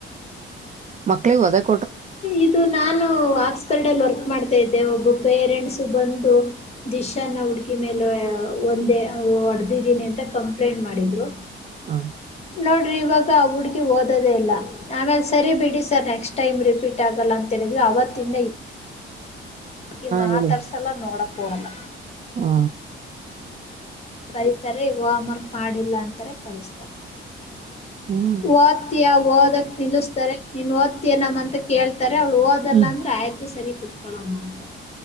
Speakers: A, on the right; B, on the left.
A: ಮಕ್ಕಳಿಗೆ ಹಓದಕ್
B: ಇದು ನಾನು ಆಾಸ್ಕಲ್ಡಲ್ಲಿ ವರ್ಕ್ ಮಾಡ್ತಾ ಇದ್ದೆ ಒಬ್ಬ ಪೇರೆಂಟ್ಸು ಬಂದು ದಿಶ್ನ್ನ ಹುಡ್ಕಿ ಮೇಲೆ ಒಂದೇ ಹೊಡೆದಿದ್ದೀನಿ ಅಂತ ಕಂಪ್ಲೇಂಟ್ ಮಾಡಿದ್ರು
A: ಹ
B: ನೋಡ್ರಿ ಇವಾಗ ಆ ಹುಡ್ಗಿ ಓದೋದೇ ಇಲ್ಲ ಆಮೇಲೆ ಸರಿ ಬಿಡಿ ಸರ್ ನೆಕ್ಸ್ಟ್ ಟೈಮ್ ರಿಪೀಟ್ ಆಗಲ್ಲ ಅಂತಿ ಅವತ್ತಿಂದ ಅಿ ಮಾತಾಡ್ಸಲ್ಲ
A: ಹೇಳಿ
B: ನೋಡಕ್ ಹೋಲ್ಲ
A: ಹಾ
B: ಬರೀತರೆ ಹೋಮ್ ವರ್ಕ್ ಮಾಡಿಲ್ಲ ಅಂತಾರೆ ಕಳಿಸ್ತಾರೆ
A: ಹ್ಮ್
B: ಓದ್ತಯ ಓದಕ್ ನಿಲ್ಿಸಸ್ತಾರೆ ನೀನ್ ಓದ್ತೀಯ ನಮ ಅಂತ ಕೇಳ್ತ ಅವಳು ಹೋದಲ್ಲ
A: ಹ್ಮ್
B: ಅಂದ್ರೆ ಆಯ್ತು ಸರಿ ಕುೂತ್ಕಳಮ್ಮ ಅಂತಾರೆ